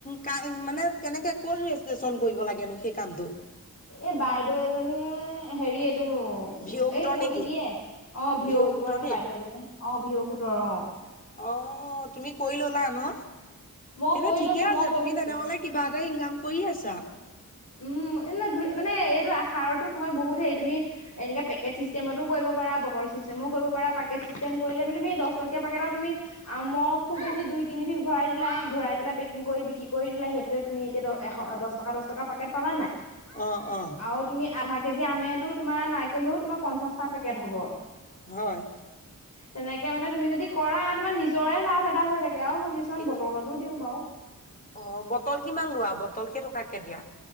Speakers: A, on the left; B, on the left.
A: কান মানে কেনেকে ক'ত ৰেজিষ্ট্ৰচন কৰিব লাগেনো সেই কামটো।
B: এ বাইদেউ এজনীয়ে, হেৰিত
A: <unintelligible> গোটৰ
B: এই কৰি
A: নেকি?
B: দিয়ে, অহ ভিও
A: ভিঅ'
B: গোটৰ এনেকে
A: নি?
B: বাইদেউ এজনী, অহ ভিও গোটৰ অহ।
A: অহ, তুমি কৰি ললা ন,
B: মই
A: সেইটো
B: কৰি
A: ঠিকে
B: লৈছো
A: আছে
B: মই কৰি
A: তুমি
B: লৈছো
A: তেনেহ'লে কিবা এটা ইনকাম কৰি আছা।
B: উম। এনে ধুই মানে এইটো আচাৰতো তোমাৰ বহুত হেৰি, তুমি এনেকৈ পেকেট ছিষ্টেমতো কৰিব পাৰা বটল চিষ্ট মই কৰিব পৰা, পেকেট ছিষ্টেম কৰিলে মানে সেই দহটকীয়া পেটত তুমি আমৰ খুব বেছি দুই তিনি পিছ ভৰাই ভৰাই দিলা। ভৰাই পেলাই পেকিং কৰি বিক্ৰী কৰি দিলা, সেইটোতে তুমি এতিয়া এশ, দহ টকা দহ টকা পেকেট পালা নে নাই।
A: অহ, অহ।
B: আৰু তুমি আধা কেজি আমেটো তোমাৰ নাই কমেও তোমাৰ পঞ্চাশটা পেকেট হ'ব।
A: হয়।
B: তেনেকে মানে তুমি যদি কৰা, তোমাৰ নিজৰে লাভ এটা হৈ থাকে। আৰু মই কিছুমান
A: এ
B: বটলতো দিওঁ বাৰু
A: অহ, বটল কিমান লোৱা বটল কেইটকাকে দিয়া।